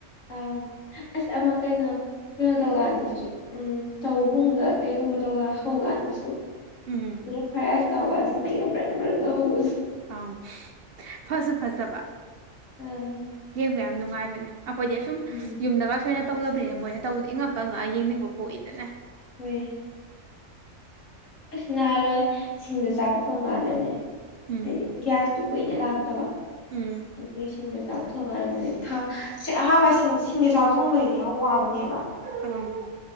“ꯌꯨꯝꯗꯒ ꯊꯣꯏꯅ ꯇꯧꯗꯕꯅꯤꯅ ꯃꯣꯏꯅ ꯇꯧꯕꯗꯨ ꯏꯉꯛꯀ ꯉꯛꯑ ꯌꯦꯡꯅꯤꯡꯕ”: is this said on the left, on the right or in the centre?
Right